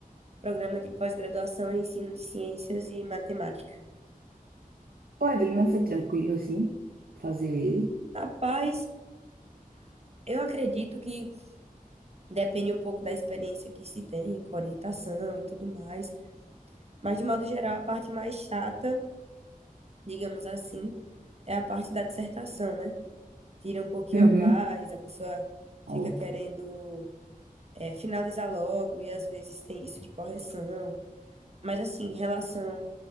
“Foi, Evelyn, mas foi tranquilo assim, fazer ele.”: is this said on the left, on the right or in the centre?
Right